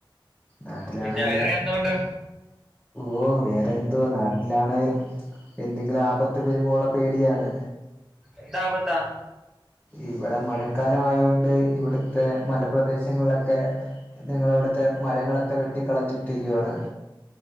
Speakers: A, on the left (about 15°); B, in the centre.
A: നാട്ടിലാണേൽ
B: പിന്നെ വേറെ എന്തോണ്ട്
A: ഓ വേറെന്തോ നാട്ടിലാണേൽ എന്തെങ്കിലും ആപത്ത് വെരുമോള്ള പേടിയാണ്
B: എന്താപത്താ
A: ഇവടെ മഴക്കാല ആയോണ്ട് ഇവിടുത്തെ മലപ്രദേശങ്ങളിലൊക്കെ ഞങ്ങളവിടുത്തെ മരങ്ങളൊക്കെ വെട്ടി കളഞ്ഞിട്ടിരിക്കുവാണ്